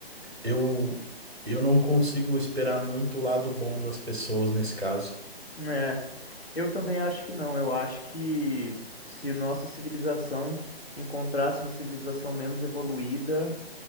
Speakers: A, on the right; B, on the left.
A: Eu, eu não consigo esperar muito o lado bom das pessoas nesse caso.
B: É, eu também acho que não. Eu acho que se nossa civilização encontrasse uma civilização menos evoluída,